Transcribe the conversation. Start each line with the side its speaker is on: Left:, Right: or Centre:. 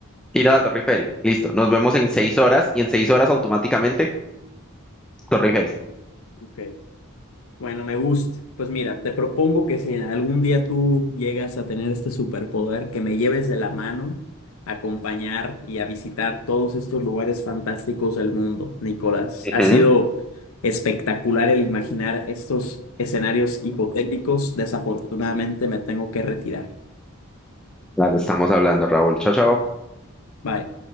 Centre: Ir a la Torre Eiffel, listo. Nos vemos en seis horas y en seis horas automáticamente Torre Eiffel.
Left: Ok. Bueno, me gusta. Pues mira, te propongo que si algún día tú llegas a tener este superpoder, que me lleves de la mano a acompañar y a visitar todos estos lugares fantásticos del mundo, Nicolás.
Centre: Ujú.
Left: Ha sido espectacular el imaginar estos escenarios hipotéticos. Desafortunadamente me tengo que retirar.
Centre: Claro, estamos hablando, Raúl. Chao, chao.
Left: Bye.